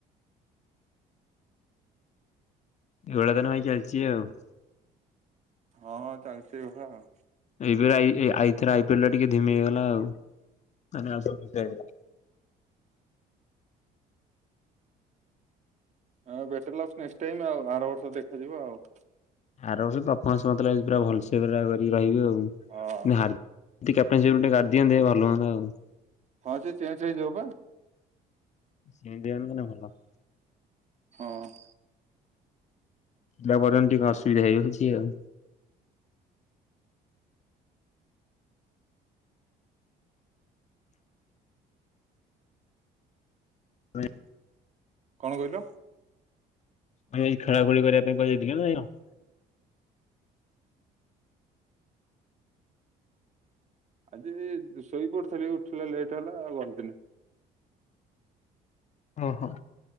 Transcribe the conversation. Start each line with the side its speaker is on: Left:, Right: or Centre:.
Left: ଏଇଳି ତନେ ଭାଇ କଳଛିଉ <unintelligible>
Right: ହଁ ଚାଲିଛି ଏ ଭଳି ଆଉ
Left: ଏଇଇଥର ଆଇପିଲ ଟିକେ ଧିମି ହେଇଗଲା ଆଉ ମାନେ ଆ ହେଇଗଲା <unintelligible>
Right: ଆଁ ବେଟର ଲାଗ ଟାଇମ୍ ଆଉ ଆର ବର୍ଷ ଦେଖାଯିବ ଆଉ
Left: ଆରଫନ୍ସ ମତ ପୁରା ଭଲସେ ପୁରା କରିକି ରହିବେ ଆଉ
Right: ହଁ।
Left: ହ <unintelligible> କ୍ୟାଟେ ସପ ଟୋାରିଅନ୍ତେଲୁଅନ୍ ଆଉ <unintelligible>
Right: ହଁ ସେ ଚେଞ୍ଜ ହେଇଯିବ ବା
Left: ସେ ଦିଅ ନ ଭଲ <unintelligible>
Right: ହଁ।
Left: ତାପରେ ଏମିତି ଗସି ହେଇଯାଉଉଛି ଆଉ ହଁ <unintelligible>
Right: କଣ କହିଲ?
Left: ଆ ଏଇ ଖେଳା ଖେଳି କରିବା ପାଇଁ କହିହାଯେଇଥିଲ କି ନାାଇଁ <unintelligible>
Right: ଆଜି ଶୋଇ ପଡିୁଥିଲ ଉଠିଲ ଲେଟ୍ ହେଲା ଆଉ ଗଟଦିନ
Left: ଓହୋ।